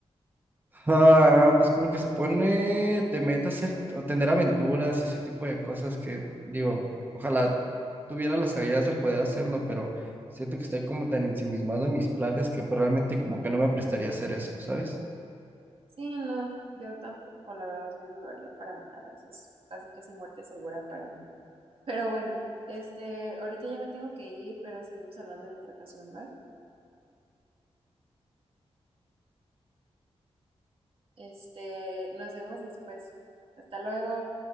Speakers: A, on the right (about 20°); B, on the right (about 55°).
A: Ah, pues como que se pone de meta hacer, o tener aventuras y ese tipo de cosas que digo, ojalá tuviera las ideas de poder hacerlo, pero siento que estoy como tan ensimismado en mis planes que pues, realmente como que no me prestaría a hacer eso, ¿sabes?
B: Sí, no, yo tampoco, la verdad, yo no lo haría para nada, eso es casi casi muerte segura para mí. Pero bueno, este, ahorita ya me tengo que ir, pero seguimos hablando en otra ocasión, ¿va? Este, nos vemos después. Hasta luego.